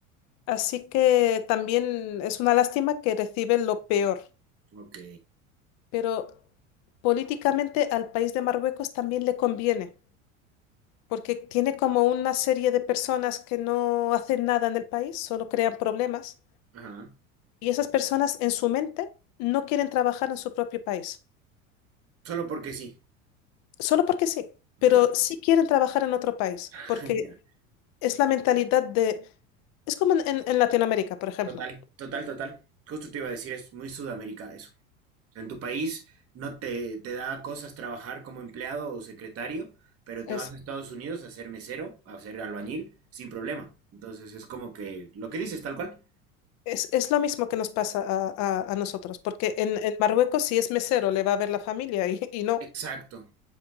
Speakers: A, on the left (about 45°); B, on the right (about 35°).
A: Así que también es una lástima que recibe lo peor
B: ok.
A: pero políticamente al país de Marruecos también le conviene, porque tiene como una serie de personas que no hacen nada en el país, solo crean problemas,
B: Ajá.
A: y esas personas en su mente no quieren trabajar en su propio país,
B: Solo porque sí.
A: solo porque sí, pero
B: Ok.
A: sí quieren trabajar en otro país,
B: <laughs>
A: porque es la mentalidad de... Es como en, en- en Latinoamérica, por ejemplo.
B: Total, total, total. Justo te iba a decir, es muy Sudamérica eso. En tu país no te, te da cosas trabajar como empleado o secretario, pero te
A: Es,
B: vas a Estados Unidos a ser mesero, a ser albañil, sin problema. Entonces es como que lo que dices, tal cual.
A: es, es lo mismo que nos pasa a, a- a nosotros, porque en, en Marruecos si es mesero le va a ver la familia y, y no.
B: Exacto.